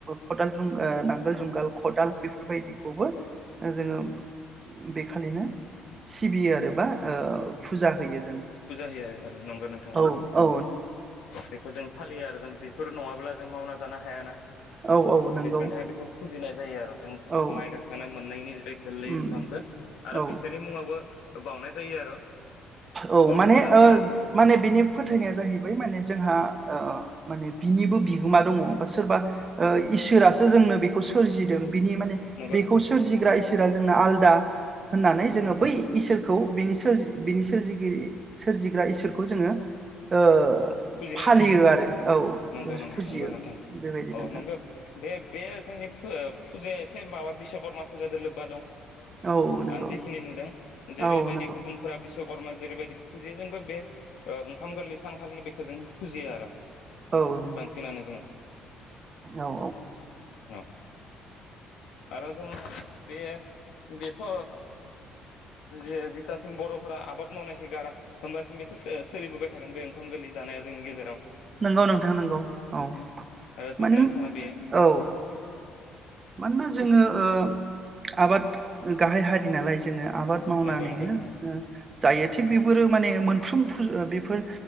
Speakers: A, on the right; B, on the left.
A: खदाल, जुं नांगोल जुंगाल, खदाल बेफोरबायदिखौबो जोङो बेखालिनो सिबियो आरो बा ओ फुजा होयो। जों
B: फुजा होयो आरो नंगौ नोंथाङा नंगौ।
A: औ औ
B: बेखौ जों फालियो आरो जों बेफोर नङाब्ला जों मावना जाना हायाना
A: औ औ नंगौ
B: बेफोरनि थाखाय बेखौ फुजिनाय जायो आरो जों
A: औ
B: माइ गाखोना मोननायनि बै गोरलै
A: उम
B: ओंखामखो। आरो
A: औ
B: बिसोरनि मुङावबो बावनाय जायो आरो।
A: औ माने
B: खदाल
A: ओ
B: जा
A: माने
B: अ
A: बिनि फोथायनाया जाहैबाय माने जोंहा ओ माने बिनिबो बिहोमा दङ। बास सोरबा ओ इसोरासो जोंनो बे खौ सोरजिदों बिनि माने
B: नंगौ
A: बेखौ
B: नंगौ
A: सोरजिग्रा इसो रफोरा जोंना आलदा होननानै जोङो बै इसोर खौ बिनि सोर बिनि सोरजिगिरि सोरजिग्रा इसोरखौ जोङो ओ
B: फुजिनाय
A: फालियो
B: जायो आरो
A: औ
B: नंगौं
A: फुजियो
B: नंगौ नोंथां
A: बेबायदि
B: अ
A: नोंथां
B: नंगौ। बे बे जोंनि फुजाया एसे माबा बिसकर्मा फुजाजों लोबबा दं ।
A: औ नंगौ
B: आं जेखिनि नुदों जेरैबायदि
A: औ नंगौ
B: गुबुनफोरा बिशकर्मा जेरैबायदि फुजेजोंबो बे ओ ओंखाम गोरलै खालनि बेखौ जों फुजियो आरो
A: औ नंगौ
B: बांसिनानो जों
A: औ
B: ।अ आरो जों बांसिन बेयो बेथ' जि जिथासिम बर'फोरा आबाद मावनायख गारा होमबासिम बेथ' सोलिबोबाय थागोन बे ओंखाम गोरलै जानाया जोंनि गेजेराव ।
A: नंगौ नोंथां नंगौ औ
B: आरो
A: माने
B: जोबनानै
A: औ
B: थाङा बेयो
A: । मानोना जोङो ओ आबाद गाहाय हारिनालाय जोङो आबाद मावनानै
B: नंगौ नंगौ
A: ओ
B: नोंथां
A: जायो थिग बेफोरो माने मोनफ्रोम फु ओ बेफोर